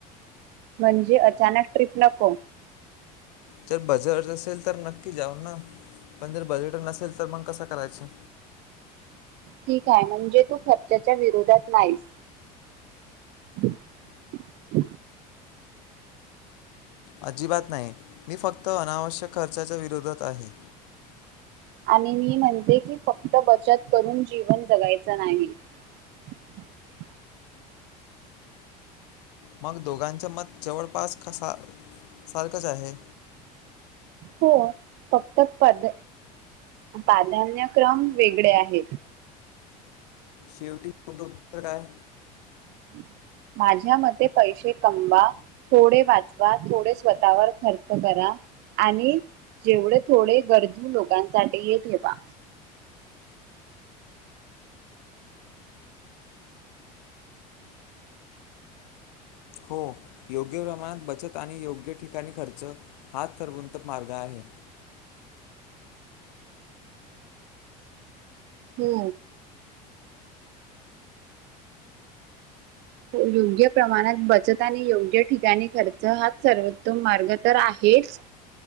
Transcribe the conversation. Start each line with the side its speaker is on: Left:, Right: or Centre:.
Right: म्हणजे अचानक ट्रीप नको.
Left: जर बजट असेल तर नक्की जाऊ ना. पण जर बजेट नसेल तर मग कसं करायचं?
Right: ठीकाय म्हणजे तू खर्चाच्या विरोधात नाहीस. <inaudible>
Left: अजिबात नाही. मी फक्त अनावश्यक खर्चाच्या विरोधात आहे.
Right: आणि मी म्हणते की फक्त बचत करून जीवन जगायचं नाही. <inaudible>
Left: मग दोघांचे मत जवळपास <unintelligible> सारखच आहे.
Right: हो फक्त पद प्राधान्यक्रम वेगळे आहेत.
Left: शेवटी <unintelligible> काय?
Right: <unintelligible> माझ्या मते पैशे कमवा, थोडे वाचवा, थोडे स्वतःवर खर्च करा आणि जेवढे थोडे गरजू लोकांसाठी ठेवा.
Left: हो योग्य प्रमाणात बचत आणि योग्य ठिकाणी खर्च हाच सर्वोत्तम मार्ग आहे.
Right: हो. योग्य प्रमाणात बचत आणि योग्य ठिकाणी खर्च हाच सर्वोत्तम मार्ग तर आहे. हेच